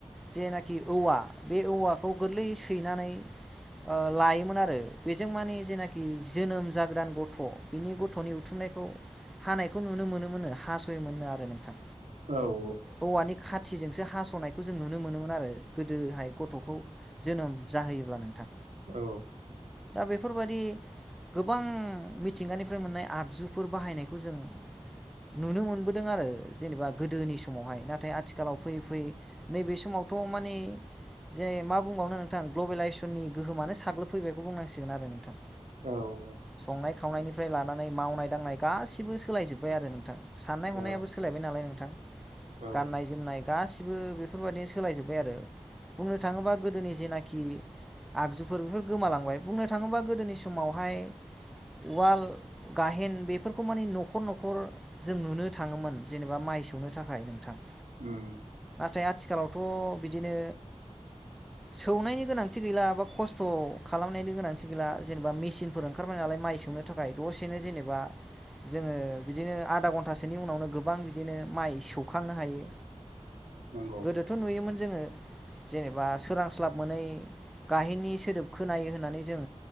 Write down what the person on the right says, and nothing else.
औ औ।
औ।
औ ओं।
औ
औ
उम।
नंगौ